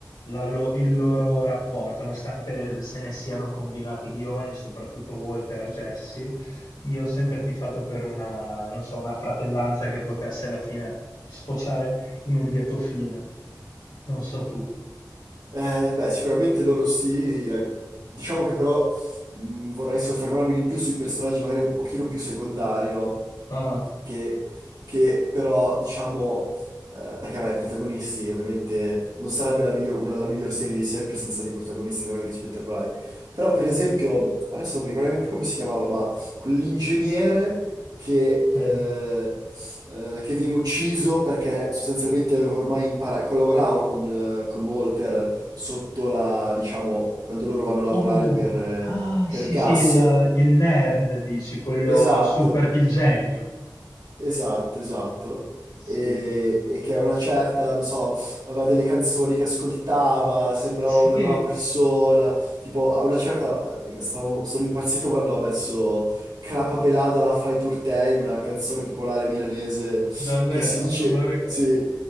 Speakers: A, on the left; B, on the right.
A: la lo- il loro rapporto, nonostante se ne siano combinati di ogni, soprattutto Walter a Jesse, io ho sempre tifato per una, non so, una fratellanza che potesse alla fine sfociare in un lieto fine. Non so tu.
B: Eh, beh, sicuramente loro sì. al- Diciamo che però mh, vorrei soffermarmi di più sui personaggi magari un pochino più secondari, no?
A: Ah,
B: che, che però diciamo, eh, perché vabbè, i protagonisti ovviamente non sarebbe la miglior, una, la miglior serie di sempre senza dei protagonisti veramente spettacolari, però per esempio, adesso non mi ricordo neanche più come si chiamava, ma quell'ingegnere che, eh,
A: Mm.
B: eh, che viene ucciso perché sostanzialmente aveva ormai imparato, collaborava con, eh, con Walter sotto la, diciamo, quando loro vanno a lavorare
A: Uh,
B: per, eh,
A: ah,
B: per
A: sì,
B: gas.
A: sì, il, il nerd, dici, quello
B: Esatto.
A: super, il genio.
B: Esatto, esatto.
A: sì.
B: E, e che a una certa, non so, aveva delle canzoni che ascoltava, sembrava
A: Sì,
B: una brava persona. Tipo, a una certa, eh, stavo- sono impazzito quando ha messo Crapa Pelada la Fai Turtei, una canzone popolare milanese
A: davvero?
B: che si dice,
A: Non me lo ricordo.
B: sì,